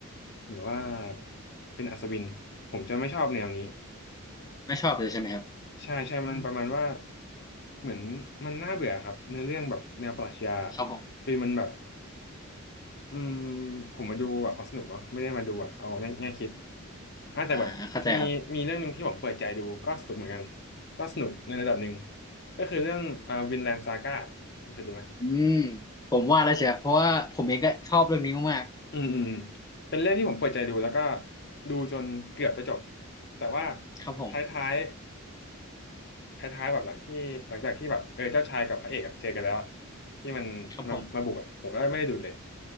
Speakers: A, on the left; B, on the left.
A: หรือว่าเป็นอัศวินผมจะไม่ชอบแนวนี้
B: ไม่ชอบเลยใช่ไหมครับ
A: ใช่ใช่มันประมาณว่าเหมือนมันน่าเบื่อครับเนื้อเรื่องแบบแนวปรัชญา
B: ครับผม
A: คือมันแบบอืมผมมาดูแบบเอาสนุกเนาะไม่ได้มาดูแบบเอาแง่แง่คิดอ่ะแต่แบบมีมีเรื่องหนึ่งที่ผมเปิดใจดูก็สนุกเหมือนกัน
B: อ่าเข้าใจครับ
A: ก็สนุกในระดับหนึ่งก็คือเรื่องอ่าวินแลนด์ซาก้าคุณเคยดูไหม
B: อืมผมว่าแล้วเชียวเพราะว่าผมเองก็ชอบเรื่องนี้มาก
A: อืมอืมเป็นเรื่องที่ผมเปิดใจดูแล้วก็ดูจนเกือบจะจบแต่ว่า
B: ครับผม
A: ท้ายๆท้ายๆแบบหลังที่หลังจากที่แบบเออเจ้าชายกับพระเอกอะเจอกันแล้วอะที่มันมามาบุกอะผมก็ไม่ได้ดูเลย
B: ครับผม